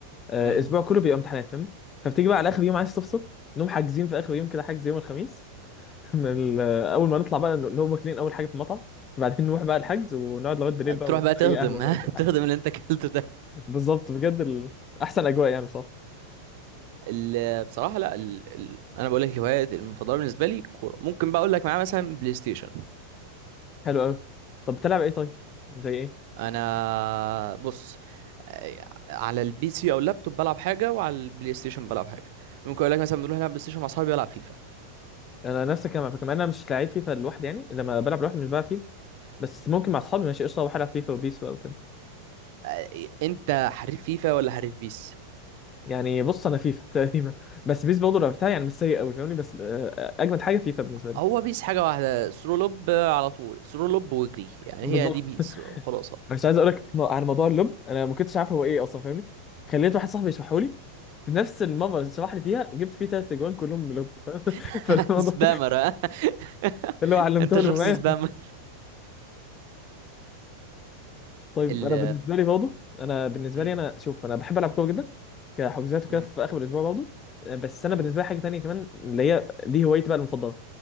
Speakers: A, on the left (about 25°); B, on the right (about 50°).
A: آه،
B: مم.
A: اسبوع كله بيبقى امتحانات فاهمني فبتيجي بقى على اخر يوم عايز تفصل نقوم حاجزين في اخر يوم كده حجز يوم الخميس <laughs> من ال- آه، اول ما نطلع بقى نقوم واكلين اول حاجه في المطعم <laughs> وبعدين نروح بقى الحجز ونقعد لغايه بالليل بقى
B: تروح بقى تهضم
A: اي قهوه بقى
B: ها
A: وكل
B: <laughs>
A: حاجه
B: تهضم اللي انت اكلته ده
A: بالظبط بجد ال... احسن اجواء يعني بصراحه
B: ال- بصراحه لا ال... ال... انا بقول لك الهوايات المفضله بالنسبه لي كوره ممكن بقى اقول لك معاه مثلا بلاي ستيشن
A: حلو قوي طب بتلعب ايه طيب زي ايه
B: انا بص آه، على البي سي او اللابتوب بلعب حاجه وعلى البلاي ستيشن بلعب حاجه ممكن اقول لك مثلا بنروح نلعب بلاي ستيشن مع اصحابي بلعب فيفا
A: انا نفس الكلام على فكره مع إن انا مش لعيب فيفا لوحدي يعني لما بلعب لوحدي مش بلعب فيفا بس ممكن مع اصحابي ماشي قشطه بروح العب فيفا وبيس بقى وكده
B: آه، انت حريف فيفا ولا حريف بيس
A: يعني بص انا فيفا <laughs> تقريبا بس بيس برضه لعبتها يعني مش سيء قوي فاهمني بس آه، اجمد حاجه فيفا بالنسبه لي
B: هو بيس حاجه واحده سرو لوب على طول سرو لوب واجري يعني
A: بالظبط
B: هي دي بيس
A: انا
B: خلاصه
A: مش عايز اقول لك على موضوع اللب انا ما كنتش عارف هو ايه اصلا فاهمني خليت واحد صاحبي يشرحه لي في نفس المره اللي شرح لي فيها جبت فيه ثلاث اجوان كلهم من لب فاهم؟
B: <laughs>
A: <laughs> فالموضوع
B: سبامر ها؟ <laughs>
A: اللي هو علمته
B: انت شخص
A: له معايا
B: سبامر
A: طيب
B: ال
A: انا بالنسبه لي برضه انا بالنسبه
B: مم.
A: لي انا شوف انا بحب العب كوره جدا كحجوزات وكده
B: مم.
A: في اخر الاسبوع برضه بس انا
B: حلو
A: بالنسبه لي حاجه تانية كمان اللي هي دي هوايتي بقى المفضله